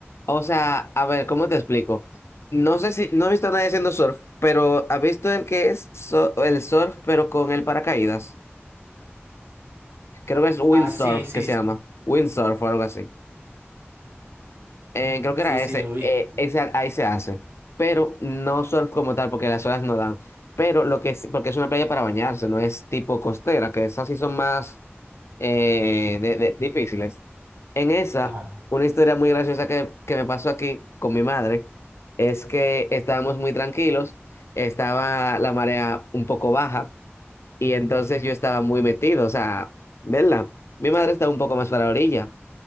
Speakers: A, on the left; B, on the right.
A: O sea, a ver, ¿cómo te explico? No sé si, no he visto a nadie haciendo surf, pero ¿has visto el que es so- el surf, pero con el paracaídas? Creo que es windsurf,
B: Ah, sí, sí,
A: que se
B: sí.
A: llama. Windsurf o algo así. Eh, creo que
B: Sí,
A: era
B: sí,
A: ese.
B: lo vi.
A: Eh, ese. Ahí se hace. Pero no surf como tal, porque las olas no dan. Pero lo que es, porque es una playa para bañarse, no es tipo costera, que esas sí son más. eh, de- de- difíciles. En esa,
B: Claro.
A: una historia muy graciosa que, que me pasó aquí con mi madre es que estábamos muy tranquilos, estaba la marea un poco baja y entonces yo estaba muy metido, o sea, ¿verdad? Mi madre estaba un poco más para la orilla